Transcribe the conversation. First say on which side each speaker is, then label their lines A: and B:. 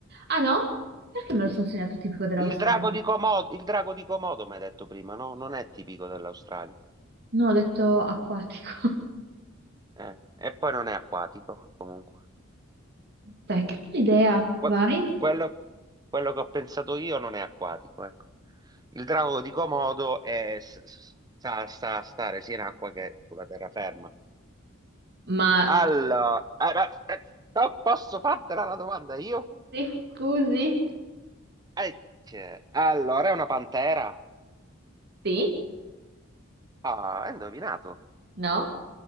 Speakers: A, on the right; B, on the right.
A: Ah no? Perché me lo sono segnato tipico dell'Australia?
B: Il drago di Comodo, il drago di Comodo, mi hai detto prima, no? Non è tipico dell'Australia.
A: No, ho detto acquatico. <laughs>
B: Eh, E poi non è acquatico, comunque.
A: Dai, che bella idea,
B: Cu- que-
A: vai.
B: quello, quello che ho pensato io non è acquatico, ecco. Il drago di Comodo è, s- s- sa, sa stare sia in acqua che sulla terraferma.
A: Ma
B: Allora, eh, ma- eh, no, posso fartela la domanda io?
A: sì, scusi,
B: Ecce. Allora, è una pantera.
A: sì?
B: Ah, hai indovinato.
A: No?